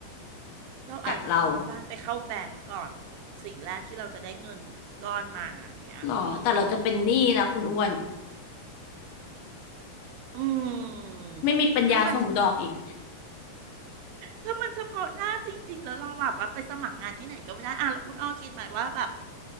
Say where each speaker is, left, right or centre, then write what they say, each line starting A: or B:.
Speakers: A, on the right; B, on the left.
A: เราอาจจะต้องเอาบ้านไปเข้าแบงก์ก่อน
B: กับเรา
A: สิ่งแรกที่เราจะได้เงินก้อนมาอย่างเงี้ยอืม
B: หรอแต่เราจะเป็นหนี้นะคุณอ้วน
A: อืม
B: ไม่มีปัญญาส่งดอกอีก
A: ถ้ามันเฉถ้ามันเฉพาะหน้าจริงๆแล้วเราแบบว่าไปสมัครงานที่ไหนก็ไม่ได้อ่ะแล้วคุณอ้อคิดไหมว่าแบบ